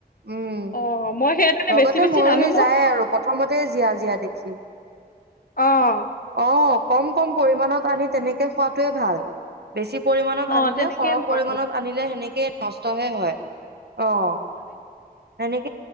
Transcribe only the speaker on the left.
অ, মই সেইকাৰণে
বেছি বেছি
নানো নহয়
অ',
অ
তেনেকেই
মই
আনো